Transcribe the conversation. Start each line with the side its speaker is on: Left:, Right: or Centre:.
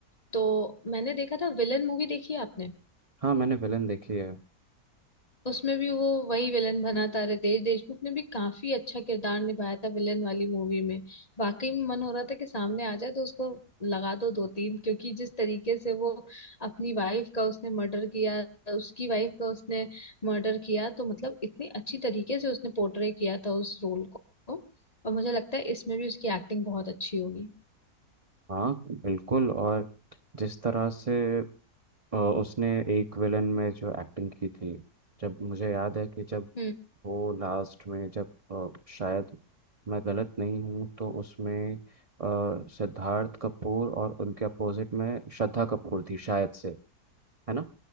Left: तो मैंने देखा था विलन मूवी देखी है आपने
Right: हाँ मैंने विलन देखी है
Left: उसमें भी वो वही विलन बना था रितेश देशमुख ने भी काफी अच्छा किरदार निभाया था विलन वाली मूवी में वाकई में मन हो रहा था कि सामने आ जाए तो उसको लगा दो दो तीन क्योंकि जिस तरीके से वो अपनी वाइफ का उसने मर्डर किया उसकी वाइफ का उसने मर्डर किया तो मतलब इतनी अच्छी तरीके से उसने पोर्ट्रे किया था उस रोल को और मुझे लगता है इसमें भी उसकी एक्टिंग बहुत अच्छी होगी
Right: हाँ बिल्कुल और जिस तरह से अ, उसने एक विलन में जो एक्टिंग की थी जब मुझे याद है कि जब
Left: हम्म
Right: वो लास्ट में जब अ, शायद मैं गलत नहीं हूँ तो उसमें अ, सिद्धार्थ कपूर और उनके अपोजिट में श्रद्धा कपूर थी शायद से है ना